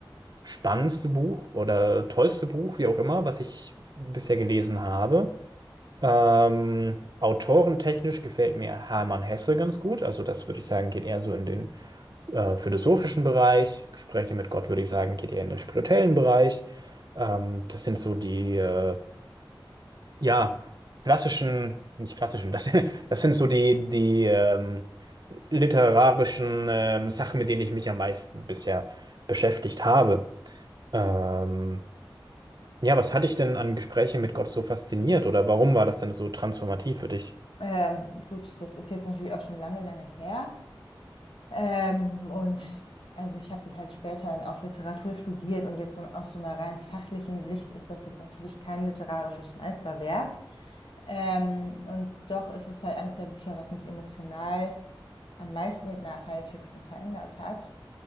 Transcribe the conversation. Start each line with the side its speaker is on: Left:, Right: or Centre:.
Right: spannendste Buch oder tollste Buch, wie auch immer, was ich bisher gelesen habe. Ähm, autorentechnisch gefällt mir Hermann Hesse ganz gut. Also das würde ich sagen, geht eher so in den äh, philosophischen Bereich. Gespräche mit Gott würde ich sagen, geht eher in den spirituellen Bereich. Ähm, das sind so die, äh, ja, klassischen, nicht klassischen, das, <laughs> das sind so die, die ähm, literarischen ähm, Sachen, mit denen ich mich am meisten bisher beschäftigt habe. Ähm, ja, was hat dich denn an Gesprächen mit Gott so fasziniert oder warum war das denn so transformativ für dich?
Left: ähm, gut, das ist jetzt natürlich auch schon lange, lange her. Ähm, und also ich habe halt später dann auch Literatur studiert und jetzt so aus so einer rein fachlichen Sicht ist das jetzt natürlich kein literarisches Meisterwerk. Ähm, und doch ist es halt eines der Bücher, was mich emotional am meisten und nachhaltigsten verändert hat,